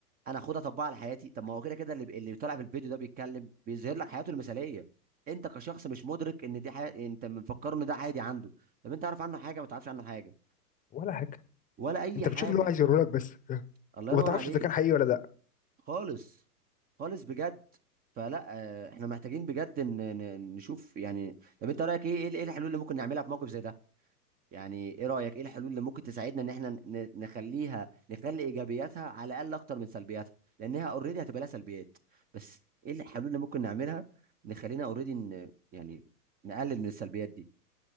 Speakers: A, on the right; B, on the left.
A: انا اخدها اطبقها على حياتي طب ما هو كده كده اللي بي- اللي طالع في الفيديو ده بيتكلم بيظهر لك حياته المثاليه انت كشخص مش مدرك ان دي حياة انت مفكر ان ده عادي عنده طب انت عارف عنه حاجه ما تعرفش عنه حاجه
B: ولا حاجه
A: ولا اي
B: انت
A: حاجه
B: بتشوف اللي هو عايز يوريهولك بس
A: الله
B: وما
A: ينور
B: تعرفش
A: عليك
B: اذا كان حقيقي ولا لا
A: خالص خالص بجد فلا آه، احنا محتاجين بجد ان إن- نشوف يعني طب انت رايك ايه ايه إيه الحلول اللي ممكن نعملها في موقف زي ده يعني ايه رايك ايه الحلول اللي ممكن تساعدنا ان احنا ن- نخليها نخلي ايجابياتها على الاقل اكتر من سلبياتها لانها اوريدي هتبقى لها سلبيات بس ايه الحلول اللي ممكن نعملها نخلينا اوريدي ن... يعني نقلل من السلبيات دي